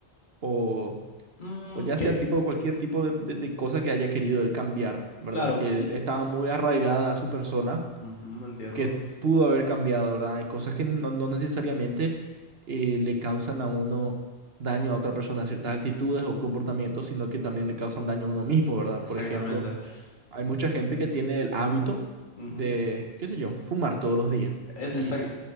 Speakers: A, on the right; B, on the left.
A: o,
B: mm,
A: o ya sea
B: que,
A: tipo cualquier tipo de, de- de cosa que haya querido él cambiar, ¿verdad?
B: claro,
A: Que estaba muy arraigada a su persona
B: Ujú, entiendo.
A: que pudo haber cambiado, ¿verdad? Hay cosas que no, no necesariamente eh, le causan a uno daño a otra persona, ciertas actitudes o comportamientos, sino que también le causan daño a uno mismo, ¿verdad?
B: Exactamente.
A: Por ejemplo, hay
B: Ujú,
A: mucha gente que tiene el hábito
B: ujú.
A: de, qué sé yo, fumar todos los días.
B: E-
A: Y
B: esa-